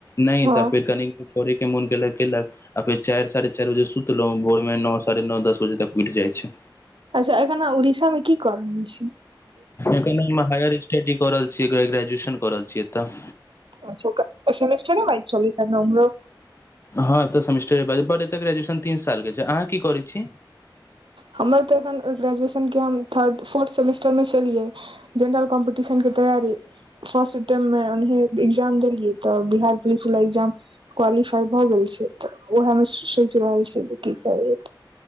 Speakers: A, on the left (about 30°); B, on the right (about 85°).
A: नय
B: हँ
A: तऽ फेर कनि करेै के मोन केलक केलक फेर चरि साढ़े चरि बजे सुतलौं फेर भोर मे न साढ़े न दस बजे तक उइठ जाय छै
B: अच्छा एखन आँहा उड़ीसा मे की क रहल छीयै
A: एखन हम हायर स्टडी क रहल छि ग्रेजुएशन कऽ रहल छि एतय
B: अच्छा सेमेस्टरे वाइज चलति हेऽत न ओमरो
A: हँ सम्टिर एतऽ ग्रेजुएशन तीन साल के छै अहाँ की करैय छी
B: हमर तऽ एखन ग्रेजुएशनके हम थर्ड फोर्थ सेमेस्टर मे छेलियै जेनरल कॉम्पटिशन कऽ तैयारी फस्टटेम में उनही एग्जाम देलियै तऽ बिहार पुलिस वला एग्जाम क्वालीफाय भऽ गेल छै तऽ ओहे मे सोइच रहल छै की करबै